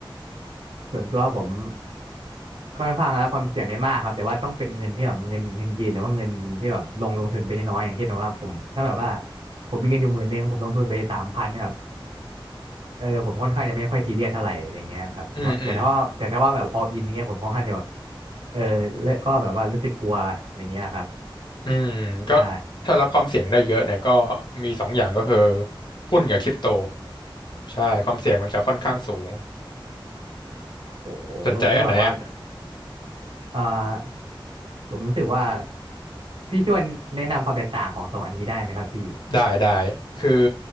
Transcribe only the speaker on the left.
อืมอืม
อืมก็
ถ้ารับความเสี่ยงได้เยอะเนี่ยก็มีสองอย่างก็คือหุ้นกับคริปโตใช่ความเสี่ยงมันจะค่อนข้างสูง
สนใจอันไหนอ่ะ
ได้ได้คือ